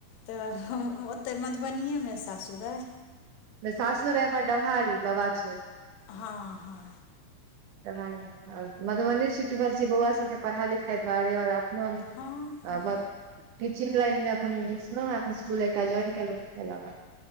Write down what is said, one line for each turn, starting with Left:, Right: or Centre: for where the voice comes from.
Left: तऽ हम ओतय मधुबनियेमे सासुर अइ।
Right: सासुर अई हमर डभाहारी बाबा छोक
Left: हाँ हाँ
Right: <unintelligible> मधुबनी सिफ्ट भेल छि बौआ सबके पढ़ाइ लिखाइ दुआरे आओर अपनो
Left: हँ हँ
Right: आ टीचिंग लाइनमे एखन घुसलौंहें इसकुल एकटा ज्वइन केलहुँलहें तैलक